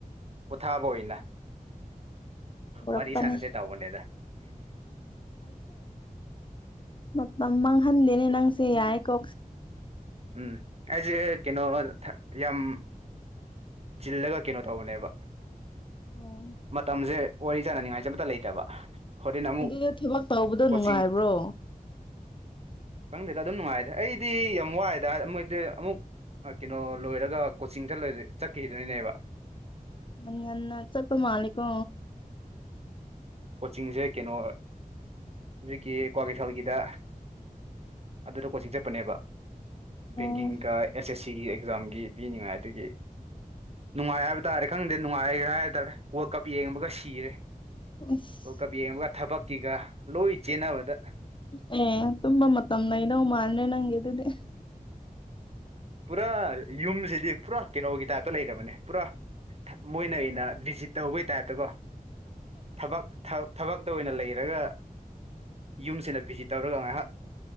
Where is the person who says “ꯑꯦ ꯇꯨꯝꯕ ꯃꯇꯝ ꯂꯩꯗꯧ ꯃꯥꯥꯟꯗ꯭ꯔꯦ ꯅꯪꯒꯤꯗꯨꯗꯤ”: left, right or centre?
Left